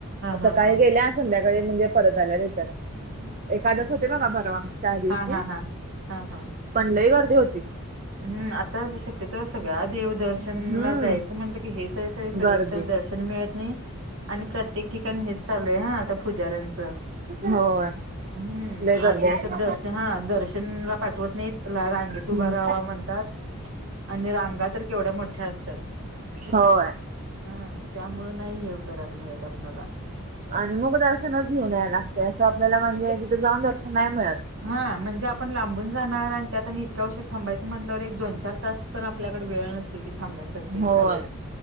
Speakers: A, on the right; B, on the right.
A: हा
B: सकाळी
A: हा
B: गेल्यात संध्याकाळी म्हणजे परत आल्या रिटर्न, एकादस होती बघा परवा. त्या दिवशी
A: हां हां हां हं हं
B: पण लई गर्दी होती.
A: हम् आता शक्यतो सगळ्या देव-दर्शनला
B: हम्म
A: जायचं म्हटलं की हेचाय सगळीकडे,
B: गर्दी
A: एक तर दर्श र्शन मिळत नाही आणि प्रत्येक ठिकाणी हेच चालू आहे हा आता पुजाऱ्यांच
B: होय
A: हम्म,
B: लय गर्दी
A: आत
B: असते.
A: एक तर दर्शना, हा दर्शनला पाठवत नाहीत, चला रांगेत उभा
B: हम्म
A: राव्हा म्हणतात, आणि रांगा तर केवढ्या मोठ्या असत्यात.
B: होय
A: हम्म त्यामुळं नाही हे करायला मिळत आपणाला.
B: आणि मुख दर्शनच घीऊन याल लागतंय, असं आपल्याला म्हणजे तिथं आपल्याला जाऊन दर्शन नाही मिळत.
A: हा, म्हणजे आपण लांबून जाणार आणि त्यात आणि इतका उशीर थांबायचं म्हटल्यावर एक, दोन - चार तास पण आपल्याकडे वेळ नसतोय की थांबण्यासारख इतका
B: होय
A: वेळ.